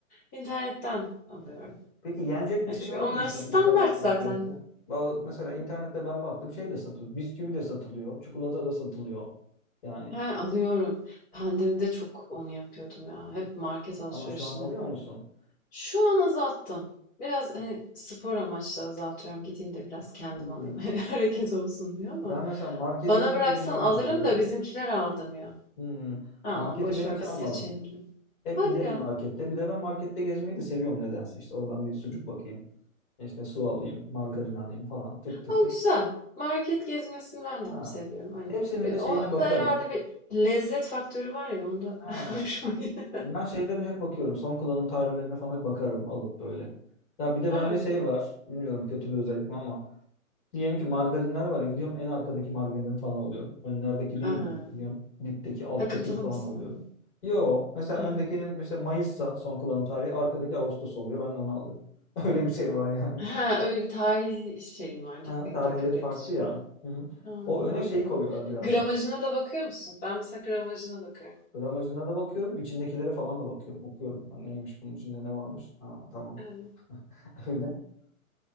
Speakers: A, on the left; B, on the left.
A: internetten Alıyorum.
B: Peki yenecek
A: Hani,
B: bir şey
A: çünkü
B: alır
A: onlar
B: mısın
A: standart
B: internetten
A: zaten.
B: gözle? Ba- Mesela internette ben baktım şey de satılıyor. Bisküvi de satılıyor. Çikolata da satılıyor. Yani.
A: He, alıyorum. Pandemide çok onu yapıyordum ya. Hep market alışverişini.
B: Ama şu an alıyor musun?
A: Şu an azalttım. Biraz, hani, spor amaçlı azaltıyorum. Gideyim de biraz kendim
B: Hmm.
A: alayım. <laughs> Hani, hareket olsun diyor ama
B: Ben mesela marketi
A: bana
B: hiç
A: bıraksan
B: şeyden almadım
A: alırım da
B: ya.
A: bizimkiler aldırmıyor.
B: Hmm.
A: Aman
B: Marketi
A: boş
B: ben
A: ver
B: hiç
A: biz
B: almadım.
A: seçelim diyor.
B: Hep
A: Hadi
B: giderim
A: ya.
B: markette. Bir de ben markette gezmeyi de seviyorum nedense. İşte oradan bir sucuk bakayım. İşte su alayım, margarin alayım falan. Tık tık
A: Ama
B: tık.
A: güzel. Market gezmesini ben
B: Ha.
A: de seviyorum. Hani,
B: Hepsinin
A: bir
B: de şeyine
A: o
B: bakarım.
A: da herhalde bir lezzet faktörü var ya onda
B: Ha.
A: <laughs> hoşuma gidiyor.
B: Ben şeylerine hep bakıyorum. Son kullanım tarihlerine falan hep bakarım alıp böyle. Ya bir de
A: He.
B: bende şey var. Bilmiyorum kötü bir özellik mi ama. Diyelim ki margarinler var ya gidiyorum en arkadaki margarini falan alıyorum. Önlerdeki değil
A: A!
B: de gidiyorum dipteki alttakini
A: Takıntılı
B: falan
A: mısın
B: alıyorum.
A: ama?
B: Yo mesela
A: Ha
B: öndekinin işte Mayıs'sa son kullanım tarihi arkadaki Ağustos oluyor ben de onu alıyorum. <laughs> Öyle bir şey var yani.
A: He, öyle bir tarih şeyin var,
B: Ha,
A: dik dikkat
B: tarihleri
A: etmişim.
B: farklı ya. Hı hı.
A: Ha,
B: O öne
A: anladım.
B: şeyi koyuyorlar biraz
A: Gramajına
B: daha.
A: da bakıyor musun? Ben mesela gramajına bakarım.
B: Gramajına da bakıyorum. içindekilere falan da bakıyorum. Okuyorum. Ha, neymiş bunun içinde ne varmış? Ha, tamam.
A: Evet.
B: <laughs> Öyle. <laughs>